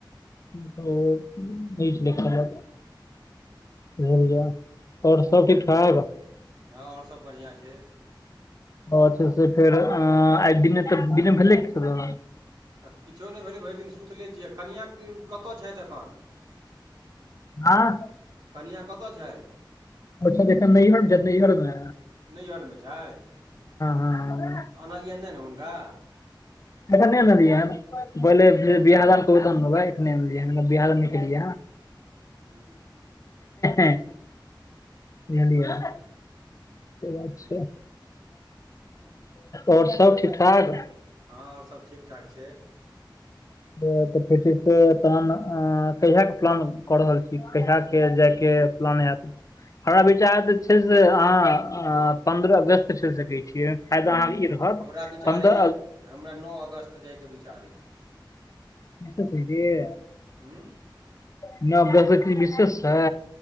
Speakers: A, on the left; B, on the right.
A: त ब लख <unintelligible> बझलियै ओर सब ठीक ठाक।
B: हाँ ओर सब बढ़ियाँ छै।
A: ओछ से फेर आइ दिने तऽ दिने भेले खाना
B: तऽ किछो नहि भेलै भरि दिन सुतले छियै कनियाँ कतऽ छैथ अखन?
A: हँ
B: कनियाँ कतऽ छथि?
A: ओ छथि एखन नैहर ज ‌नैहर में।
B: नैहरमे छेथ
A: हँ
B: आनालियन नहि ने हुनका।
A: एखन नहि अनलीयै हन <unintelligible> कहलिया अखन
B: क
A: बनियाँ दान हमलोगने बिहार निकलियिया
B: हूँ
A: <unintelligible> एलिया
B: अच्छा
A: <unintelligible> अच्छा ओर सब ठीक ठाक?
B: हाँ ओर सब ठीक ठाक छै। <inaudible>
A: तऽ फेर छै से तहन कहियाके प्लान कऽ रहल छी कहियाके जे के? ‌ प्लन हैत। हमरा विचार छै जे अहाँ‌ पंद्ररा अगस्त चलि सकै छीयै फायदा अहाँ इरहाद
B: हमरा विचार
A: बन्द।
B: अइ जे हमरा नौ अगस्त जेके विचार ए।
A: क छैजिय।
B: हूँ
A: न ब जैसकि विशेष छै।